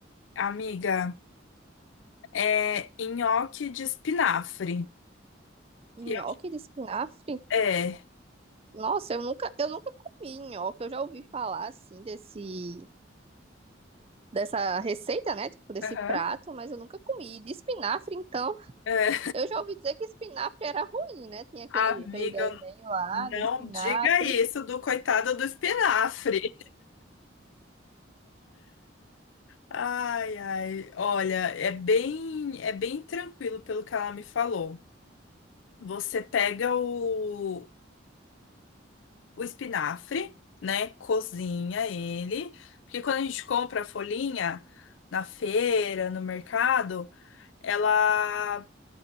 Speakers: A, on the left (about 80°); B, on the right (about 30°).
A: Amiga, é nhoque de espinafre.
B: Nhoque
A: E eu-
B: de espinafre?
A: É.
B: Nossa, eu nunca, eu nunca comi nhoque, eu já ouvi falar, assim, desse, dessa receita, né? Tipo, desse
A: Aham.
B: prato, mas eu nunca comi. E De espinafre, então,
A: É.
B: eu já ouvi dizer que espinafre era ruim, né?
A: <laughs>
B: Tinha aquele,
A: Amiga,
B: aquele desenho lá
A: Não
B: do espinafre.
A: diga isso do coitado do espinafre. Ai, ai, olha, é bem, é bem tranquilo pelo que ela me falou. Você pega o, o espinafre, né? Cozinha ele, porque quando a gente compra a folhinha na feira, no mercado, ela